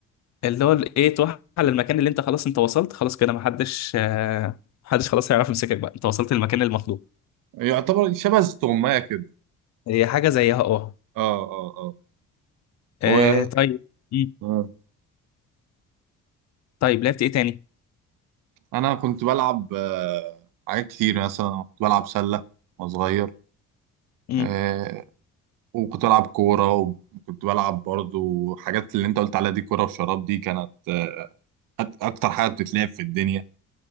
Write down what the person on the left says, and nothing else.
اللي هو ال- إيه تروح على المكان اللي أنت خلاص أنت وصلت خلاص كده محدش آه، محدش خلاص هيعرف يمسكك بقى أنت وصلت للمكان المطلوب
هي حاجة زيها أه
آه،
طيب مم.
طيب لعبت إيه تاني؟
مم.